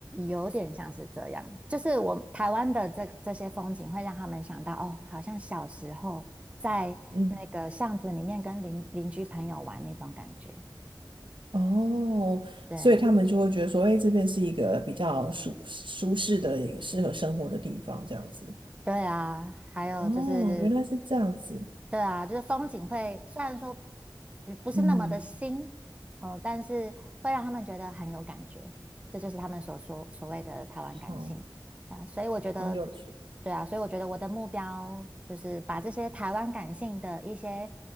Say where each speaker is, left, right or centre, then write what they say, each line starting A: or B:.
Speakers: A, on the right; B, on the right.
A: 有点像是这样，就是我台湾的这这些风景会让他们想到，哦，好像小时候在那个巷子里面跟邻邻居朋友玩那种感觉。
B: 嗯，哦，
A: 对，
B: 所以他们就会觉得说，哎，这边是一个比较舒舒适的、一个适合生活的地方，这样子。
A: 对啊，还有就是
B: 哦，原来是这样子，
A: 对啊，就是风景会虽然说不不是那么的新
B: 嗯，
A: 哦，但是会让他们觉得很有感觉，这就是他们所说所谓的台湾感性啊。
B: 好
A: 所以我觉得，
B: 好有趣。
A: 对啊，所以我觉得我的目标就是把这些台湾感性的一些